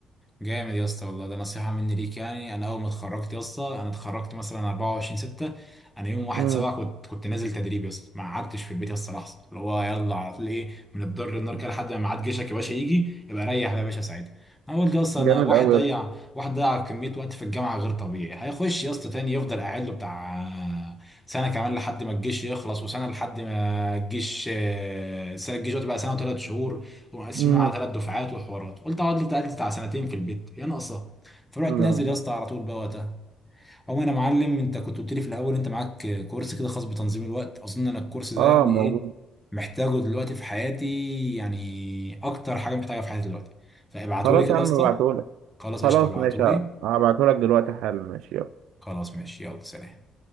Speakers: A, in the centre; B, on the right.
A: جامد يا اسطى والله ده نصيحة مني ليك يعني أنا أول ما اتخرجت يا اسطى أنا اتخرجت مثلا 24 6 أنا يوم 1
B: امم
A: 7 كنت كنت نازل تدريب يا اسطى ما قعدتش في البيت يا اسطى لحظة اللي هو يلا على طول إيه من الضر للنار كده لحد ما ميعاد جيشك يا باشا يجي يبقى ريح يا باشا ساعتها أنا قلت يا اسطى أنا
B: جامد
A: واحد
B: قوي
A: ضيع واحد ضيع كمية وقت في الجامعة غير طبيعي هيخش يا اسطى تاني يفضل قاعد له بتاع سنة كمان لحد ما الجيش يخلص وسنة لحد ما الجيش آه، سنة الجيش دلوقتي بقى سنة وثلاث شهور ومقسمين
B: امم
A: على ثلاث دفعات وحوارات قلت هقعد لي بتاع بتاع سنتين في البيت هي ناقصه فرحت
B: لا
A: نازل يا اسطى على طول بقى وقتها او انا معلم انت كنت قلت لي في الاول انت معاك كورس كده خاص بتنظيم الوقت اظن انا الكورس ده
B: اه
A: يعني
B: موجود
A: ايه محتاجه دلوقتي في حياتي يعني اكتر حاجه محتاجها في حياتي دلوقتي فابعتولي
B: خلاص
A: كده
B: يا عم
A: يا اسطى
B: ابعتهولك
A: خلاص قشطه
B: خلاص
A: ابعتولي
B: ماشي هبعتهولك دلوقتي حالا ماشي يلا.
A: خلاص ماشي يلا سلام